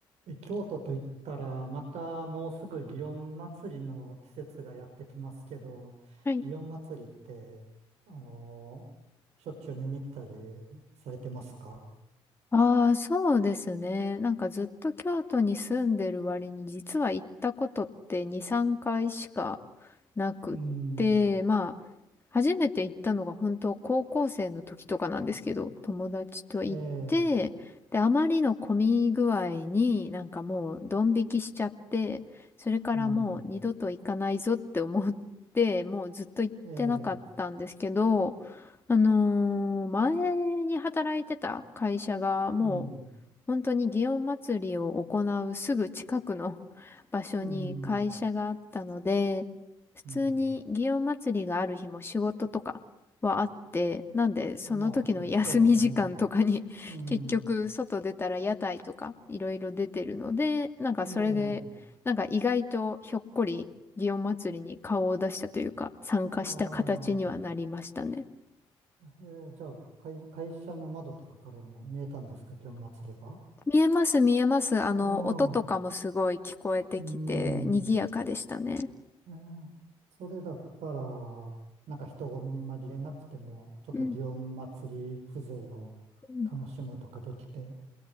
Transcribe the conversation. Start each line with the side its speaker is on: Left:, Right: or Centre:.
Right: え京都と言ったら、またもうすぐ祇園祭りの季節がやってきますけど、
Left: はい。
Right: 祇園祭りって、あのしょっちゅう見に行ったりされてますか
Left: ああ、そうですね。なんかずっと京都に住んでる割に、実は行ったことって2、3回しかなくって、
Right: うん、
Left: まあ、初めて行ったのが本当高校生の時とかなんですけど、友達と行って、
Right: ええ、
Left: で、あまりの混み具合になんかもうドン引きしちゃって、それからもう二度と行かないぞって思って、
Right: うん、
Left: もうずっと行ってなかったんですけど、
Right: ええ、
Left: あのー前に働いてた会社がもう本当に祇園祭りを行うすぐ近くの
Right: うん、
Left: <laughs> 場所に会社があったので、
Right: うん、
Left: 普通に祇園祭りがある日も仕事とかはあって、
Right: うん。
Left: なんでその時の休み時間とかに
Right: まあ、そう、そうですね。うん、
Left: <laughs> 結局外出たら屋台とかいろいろ出てるので、なんかそれでなんか意外とひょっこり祇園祭りに顔を出したというか参加した形にはなりましたね。
Right: ええ、ああ、ええ、じゃあ、会、会社の窓とかからも見えたんですか、祇園祭りが。
Left: 見えます、見えます。あの、
Right: ああ、
Left: 音とかもすごい聞こえてきて、
Right: うん。
Left: 賑やかでしたね。
Right: ええそれだったら、なんか人混みに紛れなくても、ちょっと祇園祭り風情を楽しむとかできて、
Left: うんうん。